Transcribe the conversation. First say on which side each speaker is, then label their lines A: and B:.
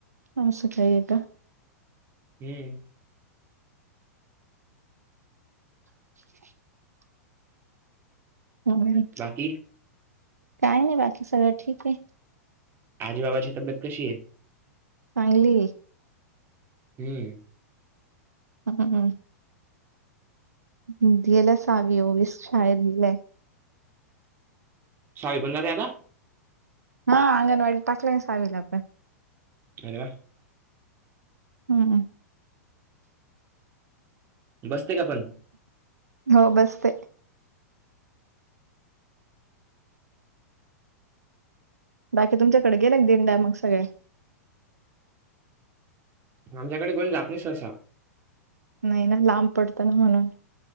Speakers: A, on the right; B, on the right.
A: मस काय का?
B: हम्म
A: <inaudible> हम
B: बाकी?
A: काही नाही बाकी सगळं ठीक आहे.
B: आजी बाबाची तब्यत कशी आहे?
A: चांगलिये.
B: हम्म
A: हम्म हम् गेला सावी ओवीस शाळेत
B: साडे पंधरा द्या ना
A: हा अंगणवाडी टाकला सावील आपण
B: आरे व्हा!
A: हम्
B: बसते का पण
A: हो बसते. बाकी तुमच्याकडे गेले एक दिंडा मग सगळे?
B: आमच्याकडे कोण जातणीस असा
A: नाही ना लांब पडतं ना म्हणून.